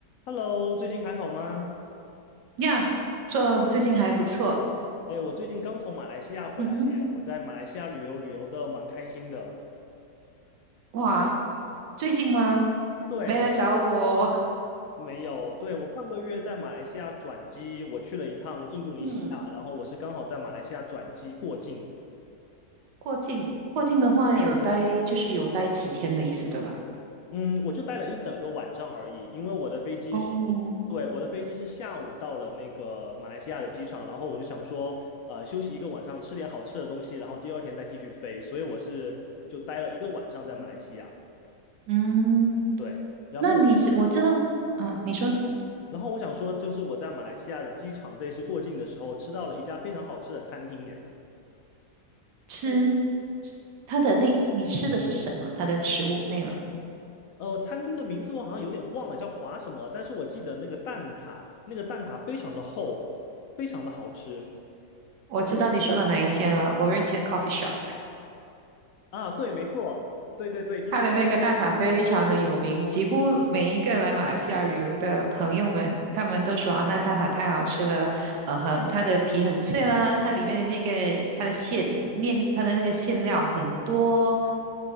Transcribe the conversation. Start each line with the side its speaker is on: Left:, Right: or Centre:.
Left: Hello，最近还好吗？
Right: 呀，这最近还不错。
Left: 哎，我最近刚从马来西亚回来耶，
Right: 嗯哼，
Left: 我在马来西亚旅游旅游的蛮开心的。
Right: 哇，最近吗？
Left: 对，
Right: 没来找我。
Left: 我上个
Right: <laughs>
Left: 没有，对，我上个月在马来西亚转机，我去了一趟印度尼西亚，
Right: 嗯，
Left: 然后我是刚好在马来西亚转机过境。
Right: 过境，过境的话有待，就是有待几天的意思，对吧？
Left: 嗯，我就待了一整个晚上而已，因为我的飞机是，
Right: 哦，
Left: 对，我的飞机是下午到了那个马来西亚的机场，然后我就想说，呃，休息一个晚上，吃点好吃的东西，然后第二天再继续飞，所以我是就待了一个晚上在马来西亚。
Right: 嗯，
Left: 对。然后
Right: 那你是我知道，啊，你说
Left: 然后我想说，就是我在马来西亚的机场这一次过境的时候，吃到了一家非常好吃的餐厅，耶，
Right: 吃
Left: 叫
Right: 它的那，你吃的是什么？它的食物内容？
Left: 呃餐厅的名字我好像有点忘了，叫华什么，但是我记得那个蛋挞，那个蛋挞非常的厚，非常的好吃
Right: 我知道你说的哪一件了，o r a n g e coffee shop。
Left: 啊，对，没错，对对对，就是那，
Right: 它的那个蛋挞非常的有名，几乎每一个来马来西亚旅游的朋友们，他们都说啊，那蛋挞太好吃了，呃，很，它的皮很脆啦，它里面的那个它的馅面，它的那个馅料很多，